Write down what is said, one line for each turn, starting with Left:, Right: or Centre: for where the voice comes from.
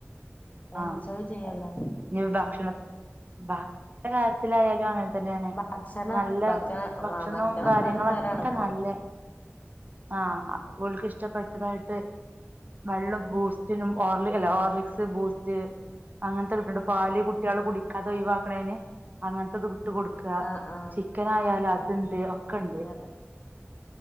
Left: എൻജോയ്
Right: ആഹ്
Left: ചെയ്യല്ലേ
Right: അ ഇഞ്ഞി ഭക്ഷണ ഭ കാര്യത്തിലായാലും അങ്ങൻ തന്നേണ്
Left: ഭക്ഷണം
Right: നല്ല
Left: ഭക്ഷണം
Right: ഭക്ഷണവും
Left: ആഹ് ഭക്ഷണം
Right: കാര്യങ്ങളൊക്കെ
Left: പലതരാണ് ഇപ്പോ
Right: നല്ലേ ആഹ് ഓൽക്ക് ഇഷ്ടപ്പെട്ടതായിട്ട് വെള്ളും ബൂസ്റ്റിനും ഓർലി അല്ല ഓർലിക്സ് ബൂ സ്റ്റ് അങ്ങൻത്തെകിട്ടണ്ട് പാല് കുട്ട്യേള് കുടിക്കാതെ ഒഴിവാക്കണേന് അങ്ങനത്തെത് ഇട്ട് കൊടു ക്ക
Left: ആഹ് ആഹ്
Right: ചിക്കൻ ആയാലും അതുണ്ട് ഒക്കെണ്ട്
Left: അതെ